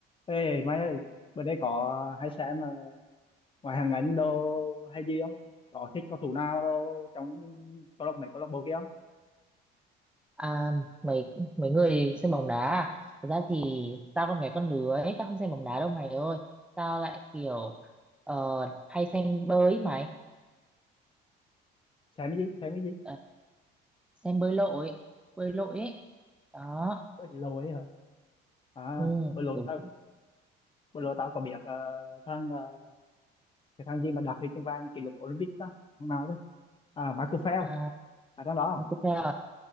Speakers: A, on the left (about 25°); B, in the centre.
A: Ê mày ơi, bên đây có hay xem mà ngoài hàng ảnh đồ hay gì không? Có thích cầu thủ nào đâu trong câu lạc này câu lạc bộ kia không?
B: À, mấy mấy người xem bóng đá à? Thật ra thì tao con gái con đứa ấy, tao không xem bóng đá đâu mày ơi. Tao lại kiểu ờ, hay xem bơi ấy mày,
A: Xem cái gì? Xem cái gì?
B: Ờ, xem bơi lội, bơi lội ấy. Đó,
A: Bên lối hả? À,
B: ừ,
A: bên lối
B: đúng.
A: tao, bên lối tao có biết ờ, thằng ờ, cái thằng gì mà đạt huy chương vàng kỷ lục Olympic đó, thằng nào đó. À, Michael Phelps,
B: À,
A: à thằng đó,
B: mày
A: không?
B: có theo à?